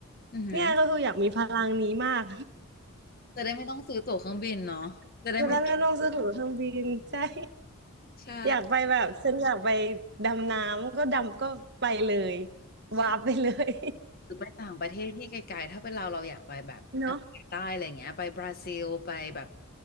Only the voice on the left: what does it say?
อือหือ
จะได้ไม่ต้องซื้อตั๋วเครื่องบินเนาะจะได้ไม่ต้อง
ใช่
ใช่
หรือไปต่างประเทศที่ไกลๆถ้าเป็นเราเราอยากไปแบบอเมริกาใต้อะไรเงี้ยไปบราซิลไปแบบ